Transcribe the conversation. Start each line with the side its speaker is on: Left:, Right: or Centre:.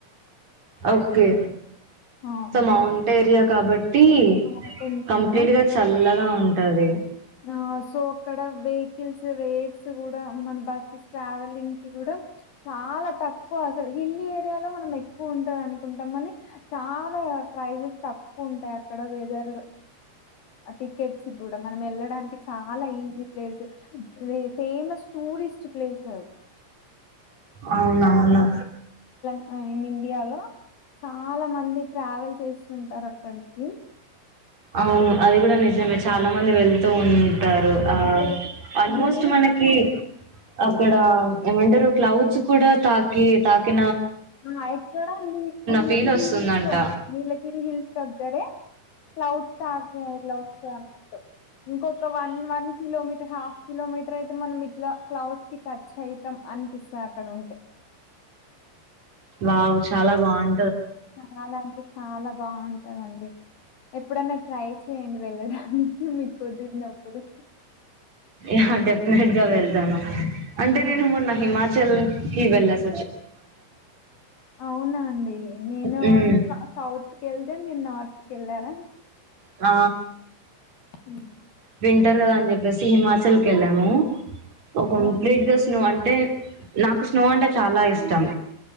Right: ఓకే
Left: అవును,
Right: సో మౌంట్ ఏరియా కాబ టి
Left: మౌంటైన్స్
Right: కంప్లీట్
Left: ఏరియా
Right: గా చల్లగా ఉంటది
Left: ఆ సో అక్కడ వెహికల్స్ వేర్స్ కూడా మన బస్సెస్ ట్రావెలింగ్ కి కూడా చాలా తక్కువ అసలు హిల్లీ ఏరియాలో మనం ఎక్కువ ఉంటాం అనుకుంటాం మని చాలా ప్రైజెస్ తక్కువ ఉంటాయి అక్కడ వెదర్ టికెట్స్ కి కూడా మన ఏళ్ళ డానికి చాలా easy place famous tourist place అ
Right: అవునవును
Left: విన్ ఇండియాలో చాలా మంది ట్రావెల్ చేస్తు ఉంటారు అక్కడికి.
Right: అవును అది కూడా నిజమే చాలామంది వెళ్తూ ఉన్ టారూ ఆ
Left: అక్కడ
Right: ఆల్మోస్ట్
Left: వ్యూస్
Right: మనకి అక్కడ ఏమంటారు క్లౌజ్స్ కూడా తాకి తాకి
Left: ఆ ఎక్కడ నీ నీలగిరి
Right: ఫీల్ వస్తుందంట.
Left: హిల్స్ లో నీలగిరి హిల్స్ దగ్గరే క్లౌడ్స్ తాకె ఇదిలా వస్తానంటూ ఇంకొక్క one one kilometre half kilometre అయితే మనం ఇట్లా క్లౌడ్స్ కి టచ్ అయితాం అనిపిస్తుంది అక్కడ ఉంటే.
Right: వావు చాలా బావుం
Left: చాలా అంటే చాలా బావుం టదండి ఎప్పుడన్నా ట్రై చేయండి వెళ్ళడానికి మిక్ కుదిరినప్పుడు
Right: యా డెఫినెట్ గా వెళ్తాను అంటే
Left: ఆ
Right: నేను మొన్న హిమాచల్ కి వేల్స్
Left: అవునా అండి నేను
Right: హ్మ్
Left: వన్స్ సౌత్ కేళ్తే మీరు నార్త్ కెల్లారా.
Right: ఆ
Left: ఉ
Right: వింటర్ కదా అని చెప్పేసి హిమాచల్కి వెళ్ళాము ఓ కంప్లీట్
Left: ఆ
Right: గా స్నో అన్ టే నాకు స్నో అంటే చాలా ఇష్టం